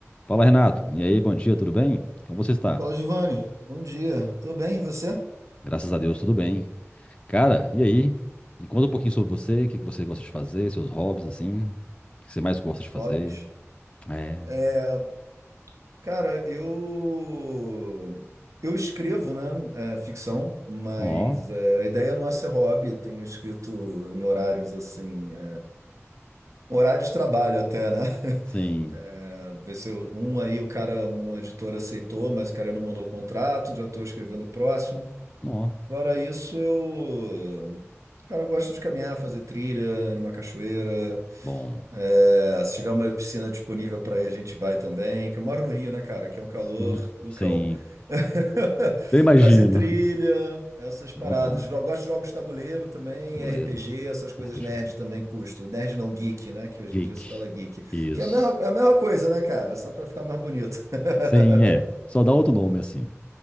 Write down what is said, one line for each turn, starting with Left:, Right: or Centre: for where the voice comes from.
Left: Fala, Renato. E aí, bom dia, tudo bem? Como você está?
Right: Fala, Giovanni. Bom dia. Tudo bem, e você?
Left: Graças a Deus, tudo bem. Cara, e aí? Me conta um pouquinho sobre você, o que que você gosta de fazer, seus hobbies, assim. O que você mais gosta de fazer?
Right: Hobbies.
Left: É.
Right: É, cara, eu eu escrevo, né, é, ficção, mas
Left: Ó,
Right: é, a ideia não é ser hobby. Tenho escrito em horários assim, é, horário de trabalho até, né? <laughs>
Left: sim.
Right: É, Ver se eu- um aí o cara, o meu editor aceitou, mas o cara não mandou o contrato, já estou escrevendo o próximo.
Left: Ó,
Right: Fora isso, eu, cara, eu gosto de caminhar, fazer trilha numa cachoeira.
Left: bom.
Right: É, se tiver uma piscina disponível para ir, a gente vai também. Que eu moro no Rio, né, cara? Que é um calor
Left: Hum,
Right: do
Left: Sim.
Right: cão. <laughs>
Left: Eu imagino.
Right: Fazer trilha, essas
Left: Muito
Right: paradas.
Left: bom.
Right: Jo- Gosto de jogos de tabuleiro também,
Left: Tabuleiro,
Right: RPG, essas coisas
Left: RPG.
Right: nerd também custo. Nerd não geek, né? Que hoje
Left: Geek.
Right: em dia se fala geek.
Left: Isso.
Right: Que é a mesma, é a mesma coisa, né, cara? Só para ficar mais bonito. <laughs>
Left: Sim, é. Só dá outro nome, assim.